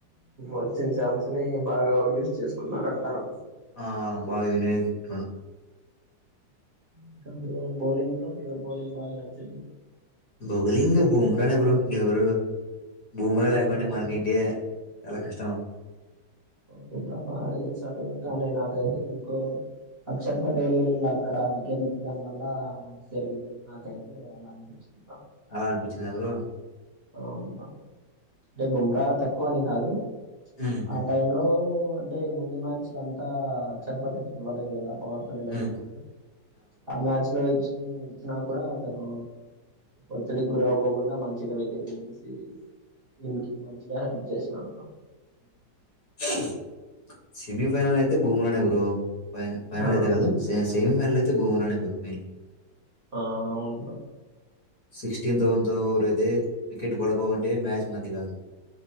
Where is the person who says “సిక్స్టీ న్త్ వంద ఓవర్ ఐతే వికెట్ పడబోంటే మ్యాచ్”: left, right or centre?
Left